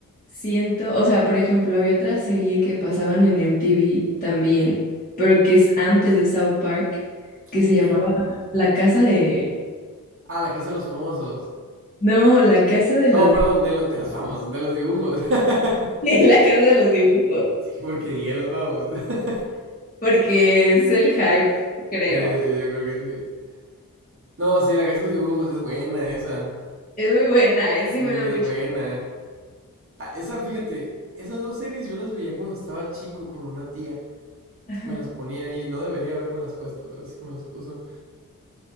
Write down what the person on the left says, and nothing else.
Siento, o sea, por ejemplo, había otra serie que pasaban en MTV también, pero que es antes de South Park, que
se llamaba La Casa de...
No, La Casa de los...
<laughs> La Casa de los Dibujos,
porque es el hype, creo.
Es muy buena, es, sí
me da mucha...
Ajá,